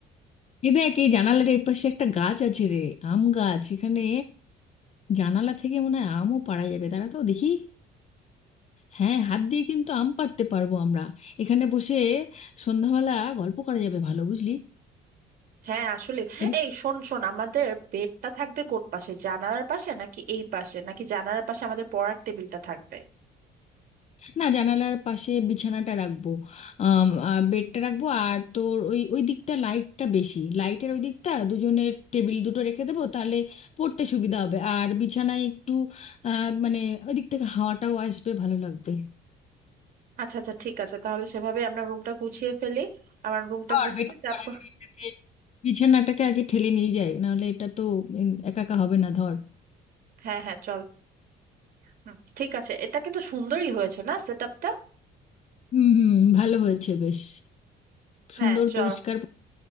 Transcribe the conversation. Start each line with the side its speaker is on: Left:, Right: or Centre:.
Left: এই দেখ এই জানালার এই পাশে একটা গাছ আছে রে আম গাছ এখানে জানালা থেকে মনে হয় আমও পাড়া যাবে দাঁড়া তো দেখি হ্যাঁ হাত দিয়ে কিন্তু আম পাড়তে পারবো আমরা এখানে বসে সন্ধ্যাবেলা গল্প করা যাবে ভালো বুঝলি
Right: হ্যাঁ আসলে
Left: এদিক-
Right: এই শোন শোন আমাদের বেডটা থাকবে কোট পাশে জানালার পাশে নাকি এই পাশে নাকি জানালার পাশে আমাদের পড়ার টেবিলটা থাকবে
Left: না জানালার পাশে বিছানাটা রাখবো আম, আর বেডটা রাখবো আর তোর ওই ওই দিকটা লাইটটা বেশি লাইটের ওই দিকটা দুজনের টেবিল দুটো রেখে দেবো তাহলে পড়তে সুবিধা হবে আর বিছানায় একটু আহ, মানে ওই দিক থেকে হাওয়াটাও আসবে ভালো লাগবে
Right: আচ্ছা আচ্ছা ঠিক আছে তাহলে সেভাবে আমরা রুমটা গুছিয়ে ফেলি আমার রুমটা
Left: আর
Right: গুছিয়ে
Left: বেডটাকে
Right: তারপর
Left: আগে- এটাকে বিছানাটাকে আগে ঠেলে নিয়ে যায় নাহলে এটা তো উম, একা একা হবে না ধর
Right: হ্যাঁ হ্যাঁ চল হুম, ঠিক আছে এটা কিন্তু সুন্দরই হয়েছে না সেট আপটা
Left: হুম হুম ভালো হয়েছে বেশ
Right: হ্যাঁ
Left: সুন্দর
Right: চল
Left: পরিষ্কার পরি-